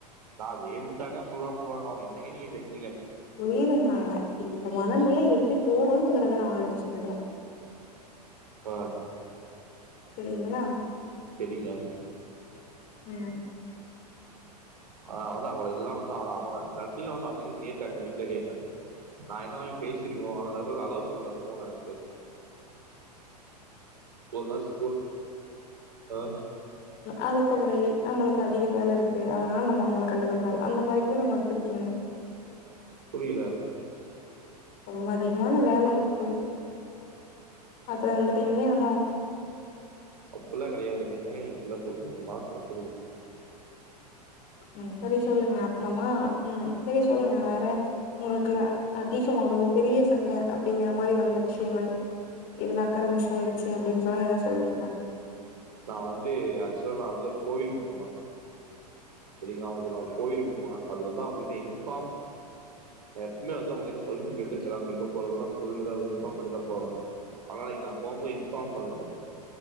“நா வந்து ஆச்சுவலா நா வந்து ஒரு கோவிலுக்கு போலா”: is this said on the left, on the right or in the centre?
Right